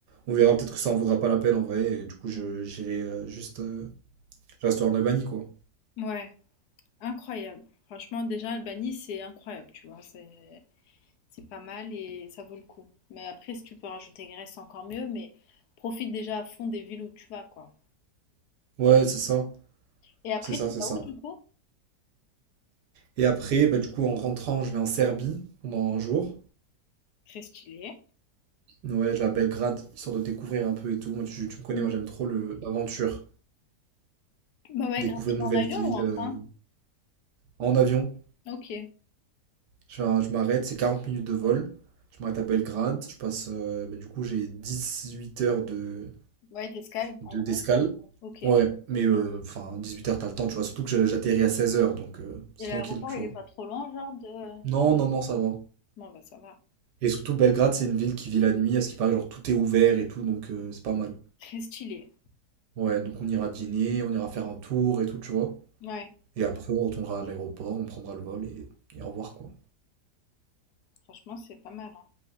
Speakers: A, on the right; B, on the left.
A: On verra peut-être que ça en vaudra pas la peine en vrai. Et du coup, je j'irai euh, juste. euh, Je resterai en Albanie, quoi.
B: ouais, incroyable. Franchement, déjà, Albanie, c'est incroyable, tu vois, c'est c'est pas mal et ça vaut le coup. Mais après, si tu peux rajouter Grèce, encore mieux, mais profite déjà à fond des villes où tu vas, quoi.
A: Ouais, c'est ça.
B: Et après,
A: C'est ça,
B: tu
A: c'est
B: vas
A: ça.
B: où, du coup?
A: Et après, bah, du coup, en rentrant, je vais en Serbie pendant un jour.
B: Très stylé.
A: Ouais, je vais à Belgrade, histoire de découvrir un peu et tout. Moi, tu, tu me connais,
B: Mm.
A: moi, j'aime trop le- l'aventure.
B: Bah ouais,
A: Découvrir
B: grave. Tu
A: une
B: vas
A: nouvelle
B: en avion
A: ville
B: ou en
A: euh,
B: train?
A: en avion.
B: Ok.
A: Je, vais- je m'arrête, c'est 40 minutes de vol. Je m'arrête à Belgrade. Je passe, euh, bah, du coup, j'ai 18 heures de,
B: Ouais, t'escales,
A: de-
B: en gros.
A: d'escale.
B: Ok.
A: Ouais, mais euh, enfin, huit heures, t'as le temps, tu vois. Surtout que je- j'atterris à 16 heures, donc euh, c'est
B: Et
A: tranquille,
B: l'aéroport,
A: tu
B: il
A: vois.
B: est pas trop loin, genre de...
A: Non, non, non, ça va.
B: Bon, bah ça va.
A: Et surtout, Belgrade, c'est une ville qui vit la nuit, à ce qui paraît, genre tout est ouvert et tout, donc euh, c'est pas mal.
B: Très stylé.
A: Ouais, donc on ira dîner, on ira faire un tour et tout, tu vois.
B: Ouais,
A: Et après, on retournera à l'aéroport, on prendra le vol et, et au revoir, quoi.
B: franchement, c'est pas mal, hein.